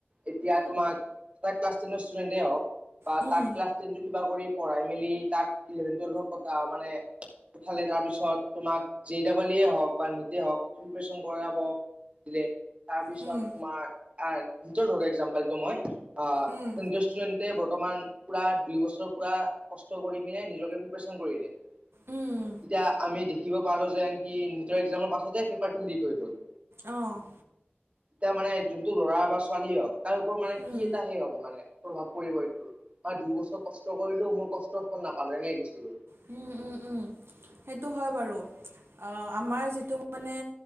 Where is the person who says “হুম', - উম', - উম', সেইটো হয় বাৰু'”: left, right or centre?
Right